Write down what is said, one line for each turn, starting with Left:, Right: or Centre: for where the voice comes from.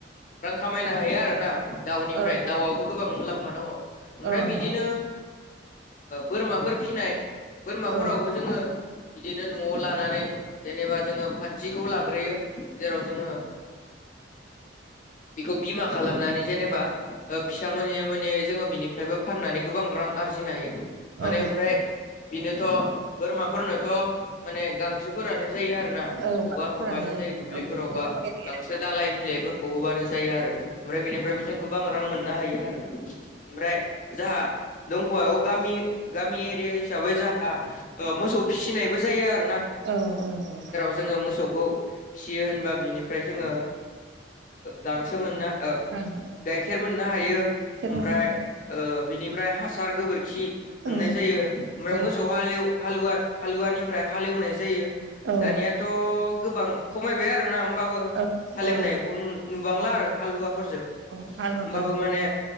Left: रां खामायनो हायो आरो ना दाउनिफ्राय
Right: औ
Left: दाउआवबो गोबां मुलाम्फा दङ ओमफ्राय
Right: औ
Left: बिदिनो
Right: दङ
Left: बोरमाफोर फिनाय बोरमाफोरावबो
Right: औ
Left: जोङो बिदिनो न'आव लानानै जेनेबा जोङो फानथिखौ लाग्रोयो जेराव जोङो बेखौ बीमा खालामनानै जेनेबा फिसा मोनै मोनै जोङो बिनिफ्रायबो फाननानै गोबां रां आरजिनो हायो माने
Right: ओं औ
Left: ओमफ्राय बेनोथ' बोरमाफोरनोथ' माने गांसोफोरानो जायो आरो ना
Right: औ
Left: हगार
Right: बाथौफोरानो
Left: हरबानो जायो दुब्लिफोराव
Right: औ बेखौ
Left: बा
Right: बायलायला
Left: गांसो दालाय बिलाइफोरखौ होबानो जायो आरो ओमफ्राय बेनिफ्रायबो
Right: औ
Left: जों गोबां रां मोननो हायो आरो ओमफ्राय जाहा दंख'व गामि गामि एरिया हिसाबै जोंहा मोसौ फिसिनायबो जायो आरो ना
Right: औ औ औ
Left: जोङो मोसौखौ फियो होनबा बिनिफ्राय जोङो गांसो मोना
Right: गाइखेर
Left: गाइखेर मोननो हायो ओमफ्राय
Right: मोननो
Left: बिनिफ्राय हासार गोबोरखि मोननाय
Right: औ
Left: जायो ओमफ्राय
Right: औ
Left: मोसौ हालेव हालुवानिफ्राय हालेवनाय जायो
Right: औ
Left: दानिया थ' गोबां खमायबाय आरोोना होमबाबो
Right: औ
Left: हालेवबोनायाव
Right: औ
Left: बे नुबांला आरो हालुवाफोरजों
Right: औ हालुवाफोर
Left: होमबाबो माने